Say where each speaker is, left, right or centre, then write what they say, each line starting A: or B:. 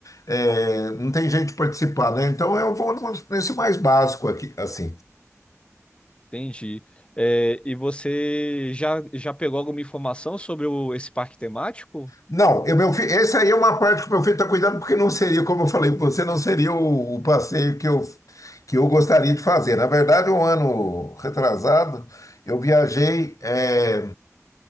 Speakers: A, on the left; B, on the left.
A: é, não tem jeito de participar, né? Então eu vou no- nesse mais básico aqui, assim.
B: Entendi. É, e você já, já pegou alguma informação sobre o- esse parque temático?
A: Não, eu, meu filho, essa aí é uma parte que o meu filho está cuidando, porque não seria, como eu falei para você, não seria o, o passeio que eu, que eu gostaria de fazer. Na verdade, um ano retrasado, eu viajei, é,